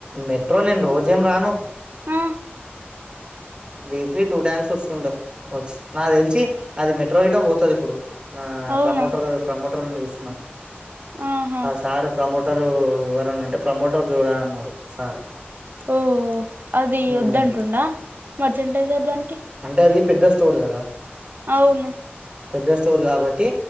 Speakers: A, on the right (about 25°); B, on the right (about 55°).
A: మెట్రోలో నేను రోజేం రాను
B: ఆ
A: వీక్లీ టూ టైమ్స్ వస్తుంటది కావచ్చు నాకు తెలిసి అది మెట్రో రిటర్న్ పోతది ఇప్పుడు ఆ
B: అవునా
A: ప్రమోటర్ ప్రమోటర్ చేస్తున్నా
B: ఆహా
A: సార్ ప్రమోట రు ఎవరనుంటే ప్రమోటర్ చూడు అన్నాడు సార్
B: ఓఓ అది
A: ఉమ్
B: వద్దంటుండా మర్చంటైజర్ దానికి
A: అంటే అది పెద్ద స్టోర్ కదా
B: అవునా
A: పెద్ద స్టోర్ కాబట్టి